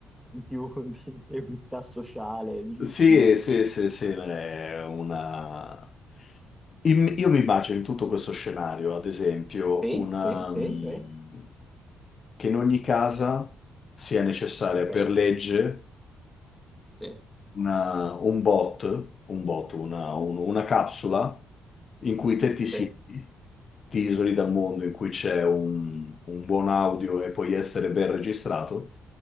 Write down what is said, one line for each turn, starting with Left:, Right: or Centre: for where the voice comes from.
Centre: di, un- di equità sociale, di giustizia.
Left: Sì, sì, sì, sì, è una... Im- Io mi immagino in tutto questo scenario, ad esempio,
Centre: Sì,
Left: una,
Centre: sì, sì,
Left: mm,
Centre: sì.
Left: che in ogni casa sia necessaria
Centre: Ok,
Left: per legge
Centre: sì,
Left: una- un bot, un bot, una, un- una capsula in cui te ti siedi,
Centre: sì,
Left: ti isoli dal mondo, in cui c'è un, un buon audio e puoi essere ben registrato,